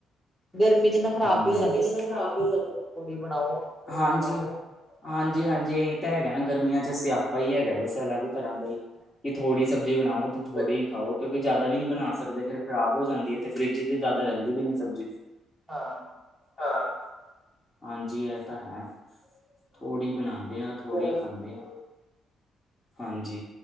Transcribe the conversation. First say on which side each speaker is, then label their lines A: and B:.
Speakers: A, in the centre; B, on the left (about 20°).
A: ਗਰਮੀ ਚ ਨਾ ਖ਼ਰਾਬ
B: ਗਰਮੀ
A: ਵੀ ਹੋ ਜਾਂਦੇ
B: ਚ
A: ਨਾ
B: ਖ਼ਰਾਬ ਵੀ ਹੋ ਜਾਂਦੇ ਨੇ
A: ਪੂੜੀ ਬਣਾਓ।
B: ਹਾਂਜੀ। ਹਾਂਜੀ -ਹਾਂਜੀ ਇਹੀ ਤਾਂ ਹੈਗਾ ਨਾ, ਗਰਮੀਆਂ ਚ ਸਿਆਪਾ ਹੀ ਹੈਗਾ ਬਸ ਅਲੱਗ ਤਰ੍ਹਾਂ ਦਾ ਹੀ! ਥੋੜੀ ਸਬਜ਼ੀ ਬਣਾਓ ਤੋ ਥੋੜੀ ਹੀ ਖਾਓ, ਕਿਉਂਕਿ ਜ਼ਿਆਦਾ ਵੀ ਨੀ ਬਣਾ ਸਕਦੇ, ਫਿਰ ਖ਼ਰਾਬ ਹੋ ਜਾਂਦੀ ਹੈ ਤੇ ਫਰਿਜ ਚ ਜ਼ਿਆਦਾ ਰਹਿੰਦੀ ਵੀ ਨੀ ਸਬਜ਼ੀ। <inaudible>
A: ਹਾਂ।
B: ਹਾਂ ਹਾਂਜੀ, ਇਹ ਤਾਂ ਹੈ। ਥੋੜੀ ਬਣਾਉਂਦੇ ਆ, ਥੋੜੀ ਖਾਂਦੇ ਆ। ਹਾਂਜੀ,